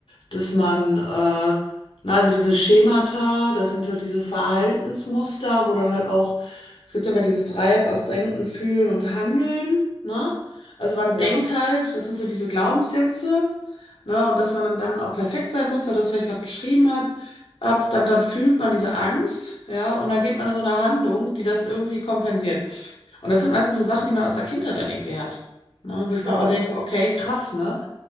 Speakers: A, on the left (about 65°); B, on the right (about 55°).
A: dass man, äh, na, also diese Schemata, das sind halt diese Verhaltensmuster, wo dann halt auch, es gibt immer dieses Dreieck aus Denken, Fühlen und Handeln, ne? Also man
B: Ja.
A: denkt halt, das sind so diese Glaubenssätze, ne? Und dass man dann, dann auch perfekt sein muss, so das, was ich gerade beschrieben hat, ab, dann, dann fühlt man diese Angst, ja, und dann geht man in so eine Handlung, die das irgendwie kompensiert. Und das sind meistens so Sachen, die man aus der Kindheit dann irgendwie hat. Ne? Wo ich
B: Voll.
A: mir auch denke,
B: Ja.
A: okay, krass, ne?